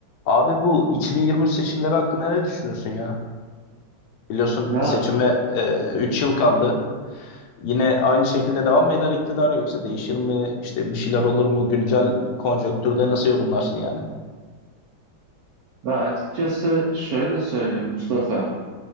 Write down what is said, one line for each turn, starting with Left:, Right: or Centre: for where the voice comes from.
Left: Abi bu 2023 seçimleri hakkında ne düşünüyorsun ya? Biliyorsun
Right: Ya
Left: seçime e, 3 yıl kaldı. Yine aynı şekilde devam mı eder iktidar yoksa değişir mi? İşte bir şeyler olur mu? Güncel konjonktürde nasıl yorumlarsın yani?
Right: ve açıkçası şöyle söyleyeyim Mustafa.